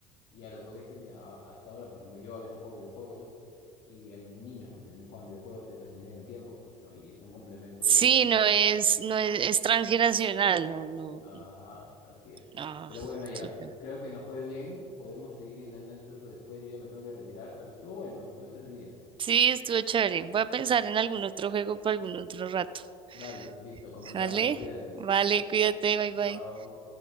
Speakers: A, on the left; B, on the right.
A: Y a lo que voy es que, mira, a- hasta ahora, por ejemplo, yo a veces juego videojuegos y hay niños que también juegan videojuegos y ya trascendí el tiempo, pues, ¿no? Y es un complemento
B: Sí,
A: de...
B: no es, no es, es transgeneracional, no, no,
A: Ajá, así es.
B: no,
A: Pero bueno, ya,
B: súper.
A: creo que nos fue bien. Podemos seguir intentando eso después. Yo ya me tengo que retirar, pero estuvo bueno, estuvo entretenido.
B: Sí, estuvo chévere. Voy a pensar
A: Sí.
B: en algún otro juego para algún otro rato.
A: Dale, listo,
B: <laughs>
A: conversamos.
B: ¿Vale?
A: Cuídate.
B: Vale, cuídate, bye bye.
A: Chao.